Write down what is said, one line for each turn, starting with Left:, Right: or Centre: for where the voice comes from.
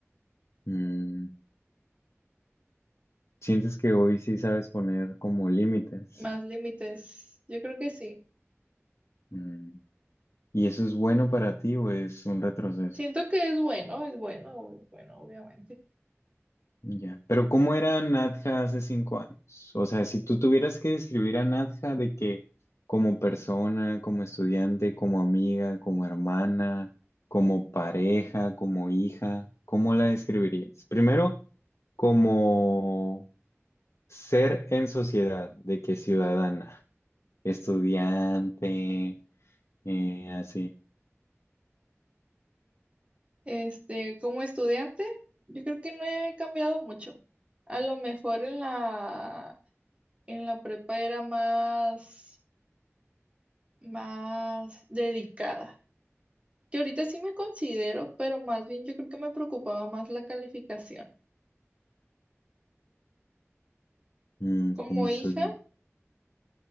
Left: Mm, sientes que hoy sí sabes poner como límites.
Right: Más límites, yo creo que sí.
Left: Mm, y eso es bueno para ti o es un retroceso.
Right: Siento que es bueno, es bueno, es bueno, obviamente.
Left: Ya. Pero ¿cómo era Nadja hace cinco años? O sea, si tú tuvieras que describir a Nadja de que como persona, como estudiante, como amiga, como hermana, como pareja, como hija, ¿cómo la describirías? Primero como Ser en sociedad, de que ciudadana, estudiante, eh, así,
Right: Este, como estudiante, yo creo que no he cambiado mucho. A lo mejor en la, en la prepa era más, más dedicada. Que ahorita sí me considero, pero más bien yo creo que me preocupaba más la calificación.
Left: mm,
Right: Como
Left: como estudiante,
Right: hija,